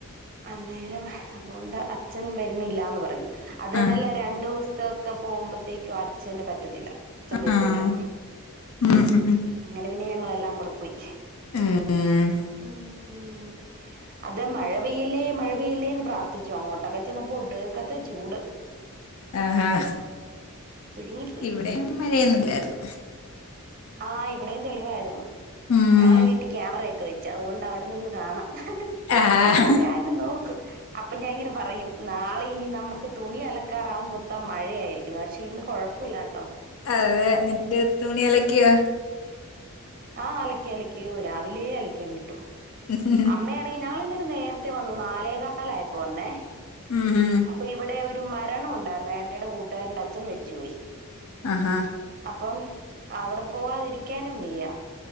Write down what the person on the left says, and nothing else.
ആഹ്
ആഹ് ഉം ഉം
ഉം.
ആഹഹ
ഇവിടെ മഴയൊന്നില്ലായിരുന്നു
ഉം
ആഹ്
അ എന്നിട്ട് തുണി അലക്കി അലക്കിയോ
ഏഹ്
മ്ഹും.
ആഹഹ